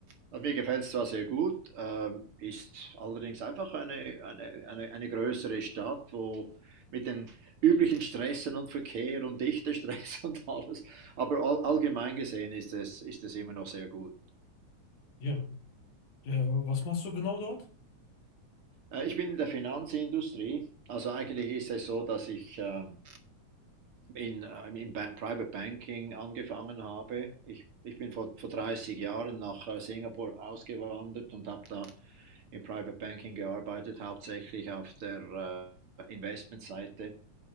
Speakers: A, on the right (about 50°); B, on the left (about 70°).
A: also mir gefällt es zwar sehr gut, ähm, ist allerdings einfach eine, eine, eine, eine größere Stadt, wo mit den üblichen Stressen und Verkehr und Dichtestress <laughs> und alles. Aber all, allgemein gesehen ist es, ist es immer noch sehr gut.
B: Ja. Ja, was machst du genau dort?
A: Äh, ich bin in der Finanzindustrie. Also eigentlich ist es so, dass ich... ähm, in, im ba Private Banking angefangen habe. Ich, ich bin vor, vor 30 Jahren nach äh, Singapur ausgewandert und habe da im Private Banking gearbeitet, hauptsächlich auf der äh, Investmentseite